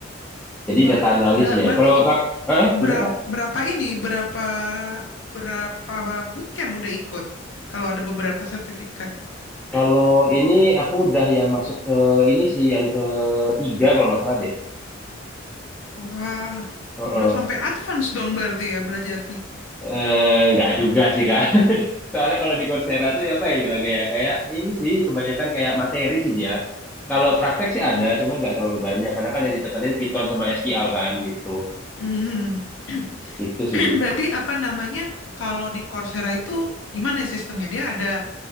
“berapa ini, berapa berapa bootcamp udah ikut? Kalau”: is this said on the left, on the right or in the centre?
Left